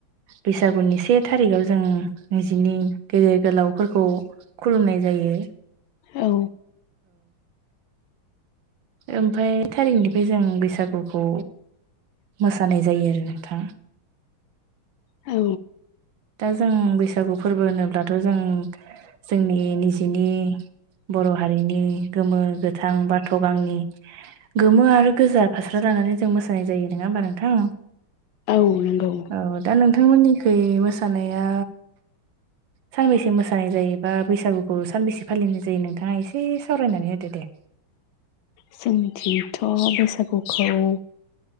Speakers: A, on the right; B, on the left.
A: बैसागुनि से थारिखाव जों निजिनि गेदेर गोलावफोरखौ खुलुमनाय जायो।
B: औ।
A: ओमफाय थारिखनिफ्राय जों बैसागुखौ मोसानाय जायो आरो नोंथां।
B: औ।
A: दा जों बैसागु फोरबो होनोब्लाथ' जों जोंनि निजेनि बर' हारिनि गोमो-गोथां बाथ' गांनि गोमो आरो गोजा फास्रा ला नानै जों मोसानाय जायो। नोङा होमबा नोंथां?
B: औ नंगौ
A: औ दा नोंथांमोननिखै मोसानाया सानबेसे मोसानाय जायो बा बैसागुखौ सानबेसे फालिनाय जायो नोंथाङा एसे सावरायनानै होदो दे।
B: जोंनिथिंथ' बैसागुखौ